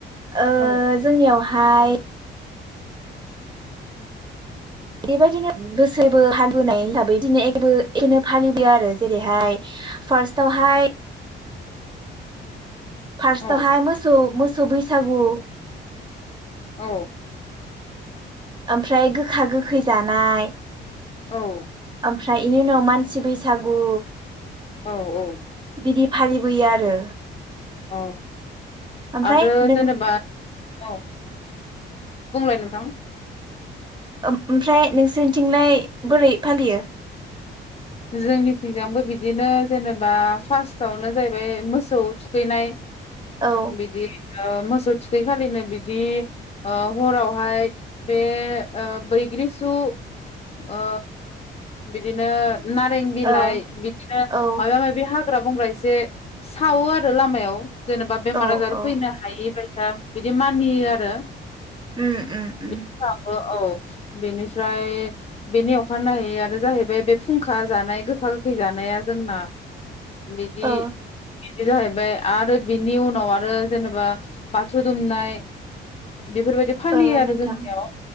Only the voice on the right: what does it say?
ओ
जोंनियाव हाय बेबायदिनो गोसैबो फाल बोनाय हिसाबै दिनै एबो एनो फालिदो आरो जेरैहाय फार्स्टआवहाय फार्स्ट
थावहाय मोसौ मो सौ बैसागु
ओमफ्राय गोखा गोखै जानाय
ओमफ्राय इनि उनाव मानसि बैसागु
बिदि फालिबोयो आरो।
ओमफ्राय
नों
ओमफ्राय नोंसोरनिथिंलाय बोरै फालियो।
औ
औ
औ
औ
औ
उम उम उम।
ओ
ओ
नोंथां